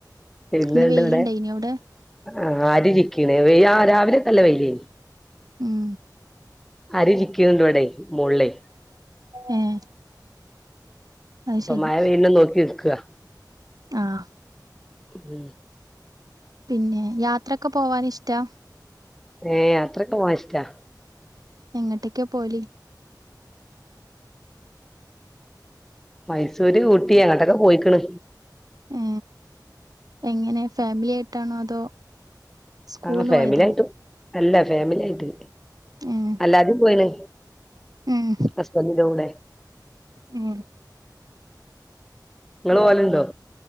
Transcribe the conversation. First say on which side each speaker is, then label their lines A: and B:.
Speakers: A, in the centre; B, on the right.
A: എണ്ട്
B: ഇന്ന് വെയിലുണ്ടായിനോ
A: ഇവിടെ
B: അവിടെ
A: ആഹ് ആരി ചിക്കിന് രാവിലെ ഒകെ നല്ല വെയിൽ എനി
B: ഉം
A: അരി ചിക്കിയത് ഉണ്ട് ഇവിടെ മുകളിലെ
B: ഏഹ് അത്
A: അപ്പൊ
B: ശരി
A: മഴ പെയ്യുന്നുണ്ടോ എന്ന് നോക്കി നിക്കാ
B: ആഹ്
A: ഉം
B: പിന്നെ യാത്രൊക്കെ പോവാൻ ഇഷ്ടാ
A: ഏ യാത്രൊക്കെ പോവാഷ്ടാ
B: എങ്ങോട്ടേക്കാ പോൽ
A: മൈസൂര് ഊട്ടി അങ്ങോട്ടൊക്കെ പോയിക്കണ്
B: ഉ എങ്ങനെ ഫാമിലി ആയിട്ടാണോ അതോ സ്കൂൾന്ന്
A: ആഹ് ഫാമിലി
B: പോയതോ
A: ആയിട്ട് അല്ല ഫാമിലി ആയിട്ട്
B: ഏഹ്
A: അല്ലാത പോയിണ്
B: ഉം
A: ഹസ്ബൻ്റ് ൻ്റെ കൂടെ
B: ഉം
A: നിങ്ങള് പോലുണ്ടോ